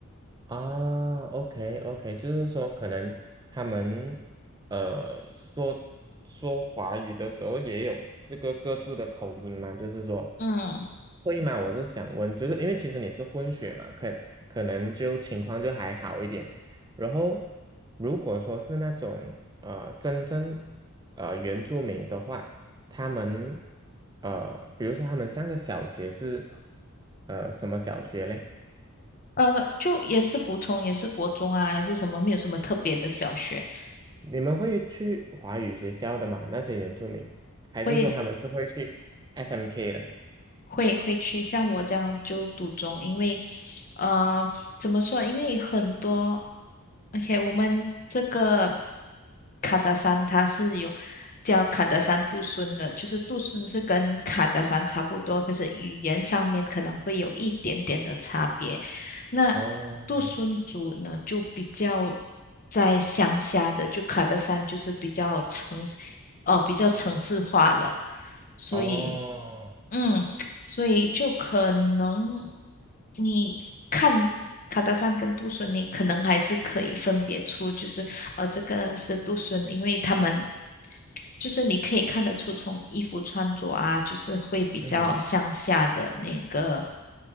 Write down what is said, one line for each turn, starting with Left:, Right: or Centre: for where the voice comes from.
Right: 啊，OK OK，就是说可能他们呃说说华语的时候也有这个各自的口音嘛，就是说
Left: 嗯，
Right: 会吗？我是想问，就是因为其实你是混血嘛，可可能就情况就还好一点。然后如果说是那种呃真正呃原住民的话，他们呃比如说他们上的小学是呃什么小学嘞？
Left: 呃，就也是普通，也是国中啊，还是什么，没有什么特别的小学，
Right: 你们会去华语学校的吗？那些原住民，还是说他们是会去
Left: 会
Right: SMK 的？
Left: 会会去像我这样就赌中，因为呃怎么说？因为很多，OK，我们这个卡达山它是有叫卡达山杜孙的，就是杜孙是跟卡达山差不多，可是语言上面可能会有一点点的差别。那
Right: 哦
Left: 杜孙族呢，就比较在乡下的，就卡达山就是比较城市，呃，比较城市化了，所以。
Right: 哦，
Left: 嗯，所以就可能你看卡达山跟杜顺，你可能还是可以分别出，就是呃，这个是杜顺，因为他们就是你可以看得出从衣服穿着啊，就是会比较向下的那个
Right: 嗯